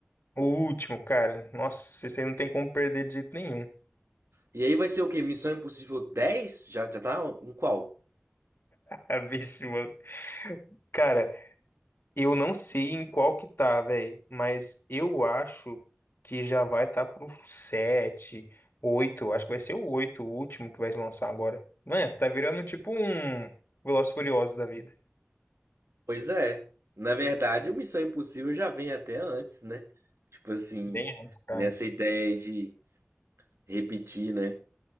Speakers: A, on the left; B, on the right.
A: O último, cara. Nossa, você não tem como perder de jeito nenhum. <laughs>
B: E aí vai ser o quê? Missão Impossível dez Já, já tá em qual?
A: Ah, Bicho, mano. Cara, eu não sei em qual que tá, velho, mas eu acho que já vai tá pro 7 oito acho que vai ser o 8 o último que vai lançar agora. Mano, tá virando tipo um Velozes e Furiosos da vida.
B: Pois é. Na verdade, o Missão Impossível já vem até antes, né? Tipo assim,
A: Bem antes, cara.
B: nessa ideia aí de repetir, né?